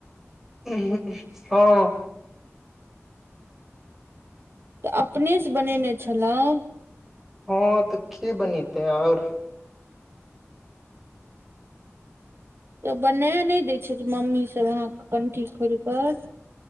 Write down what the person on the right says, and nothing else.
तऽ अपनेसँ बनेने छलहुँ
तऽ बना नहि दै छथि मम्मीसभ अहाँके कंठी खोल कऽ